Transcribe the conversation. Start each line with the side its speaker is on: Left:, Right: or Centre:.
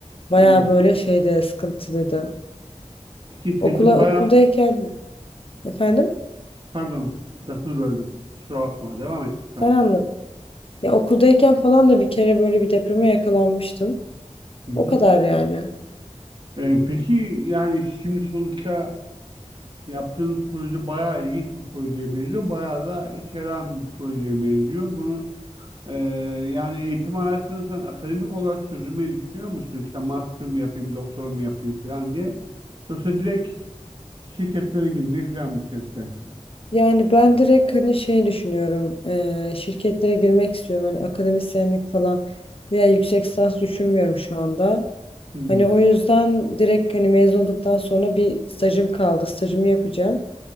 Left: Bayağı
Right: Ee,
Left: böyle
Right: pe-
Left: şeyde sıkıntılıydı.
Right: peki tezin
Left: Okula
Right: bayağı
Left: okuldayken efendim
Right: pardon lafını böldüm. Kusura bakma. Devam et lütfen.
Left: sen anlat. Ya okuldayken falan da bir kere böyle bir depreme yakalanmıştım.
Right: Hı hı.
Left: O kadar yani.
Right: Ee, peki yani şimdi sonuçta Yaptığınız proje bayağı ilginç bir projeye benziyor. Bayağı da içeren bir projeye benziyor. Bunu e, yani eğitim hayatını sen akademik olarak sürdürmeyi düşünüyor musun? İşte master mı yapayım, doktora mı yapayım falan diye. Yoksa direkt şirketlere girmeye falan mı çalışacaksın?
Left: Yani ben direkt hani şey düşünüyorum. eee, şirketlere girmek istiyorum. Hani akademisyenlik falan veya yüksek lisans düşünmüyorum şu anda.
Right: Hmm.
Left: Hani o yüzden direkt hani mezun olduktan sonra bir stajım kaldı. Stajımı yapacağım.